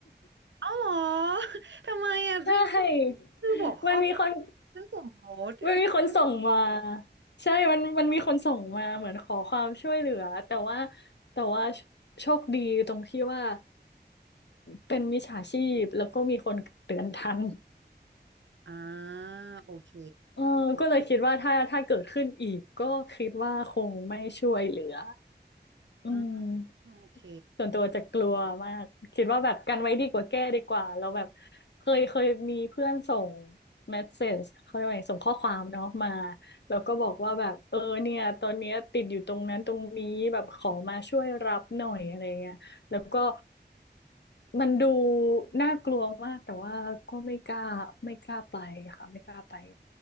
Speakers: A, on the right; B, on the left.
A: อ๋อเหรอ <laughs> ทำไมอ่ะนี่
B: <laughs> ใช่
A: คือหัวข้อแบบเรื่องสมมติ
B: มันมีคนมันมีคนส่งมาใช่มันมันมีคนส่งมาเหมือนขอความช่วยเหลือแต่ว่าแต่ว่าโชคดีตรงที่ว่าเป็นมิจฉาชีพแล้วก็มีคนเตือนทัน
A: <laughs> อ่าโอเค
B: เออก็เลยคิดว่าถ้าถ้าเกิดขึ้นอีกก็คิดว่าคงไม่ช่วยเหลืออืม
A: อ่าโอเค
B: ส่วนตัวจะกลัวมากคิดว่าแบบกันไว้ดีกว่าแก้ดีกว่าเราแบบเคยเคยมีเพื่อนส่งเมสเซจเขาเรียกว่าไงส่งข้อความเนาะมาแล้วก็บอกว่าแบบเออเนี่ยตอนเนี้ยติดอยู่ตรงนั้นตรงนี้แบบขอมาช่วยรับหน่อยอะไรเงี้ยแล้วก็มันดูน่ากลัวมากแต่ว่าก็ไม่กล้าไม่กล้าไปค่ะไม่กล้าไป